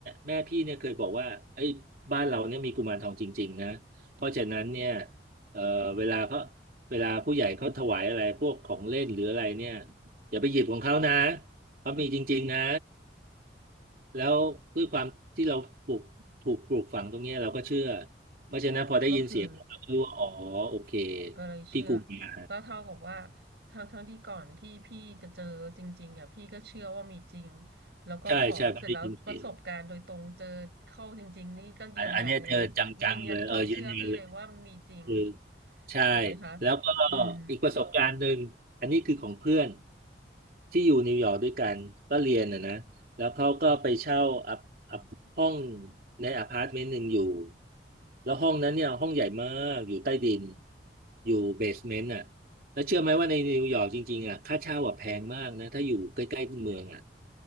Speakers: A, on the right; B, on the right.
A: แม่พี่เนี่ยเคยบอกว่าไอ้ยบ้านเราเนี่ยมีกุมารทองจริงๆนะเพราะฉะนั้นเนี่ยเอ่อเวลาเขาเวลาผู้ใหญ่เขาถวายอะไรพวกของเล่นหรืออะไรเนี่ยอย่าไปหยิบของเขานะเขามีจริงๆนะ
B: อืม
A: แล้วด้วยความที่เราปลูกถูกปลูกฝังตรงเนี้ยเราก็เชื่อเพราะฉะนั้นพอได้ยินเสียงเราก็รู้ว่าอ๋อโอเค
B: อ๋อก็คือ ก็เลยเชื่อ
A: ที่กรุงมา
B: ก็เท่ากับว่าทั้งทั้งที่ก่อนที่พี่จะเจอจริงๆอ่ะพี่ก็เชื่อว่ามีจริงแล้วก็พอเสร็จแล้วประสบการณ์โดยตรงเจอเข้าจริงๆนี่ก็ยืนยันเลยยืนยันความเชื่อพี่เลยว่ามีจริง
A: ใช่ใช่พอได้ยินเสียง อันอันเนี้ยเจอจังๆเลยเออยืนยันเลยคือใช่
B: ถูกไหมคะ
A: แล้วก็
B: อืม
A: อีกประสบการณ์หนึ่งอันนี้คือของเพื่อนที่อยู่นิวยอร์กด้วยกันก็เรียนนะนะแล้วเขาก็ไปเช่าอัพอัพห้องในอพาร์ตเมนต์หนึ่งอยู่แล้วห้องนั้นเนี่ยห้องใหญ่มากอยู่ใต้ดินอยู่เบสเมนต์อ่ะแล้วเชื่อไหมว่าในนิวยอร์กจริงๆอ่ะค่าเช่าอ่ะแพงมากนะถ้าอยู่ใกล้ๆเมืองอ่ะ